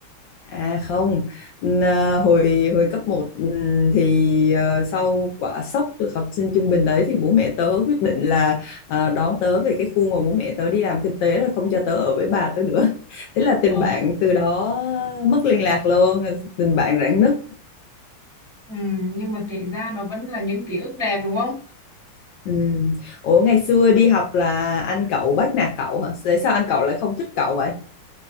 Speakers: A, on the left (about 75°); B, in the centre.
A: À không, N- hồi hồi cấp một ừ, thì ờ, sau quả sốc được học sinh trung bình đấy thì bố mẹ tớ quyết định là ờ, đón tớ về cái khu mà bố mẹ tớ đi làm kinh tế rồi không cho tớ ở với bà tớ nữa. <laughs> Thế là tình
B: Ờ.
A: bạn từ đó mất liên lạc luôn, ờ, tình bạn rạn nứt.
B: Ừ, nhưng mà kể ra nó vẫn là những ký ức đẹp đúng không?
A: Ừ. Ủa ngày xưa đi học là anh cậu bắt nạt cậu hả? Tại sao anh cậu lại không thích cậu vậy?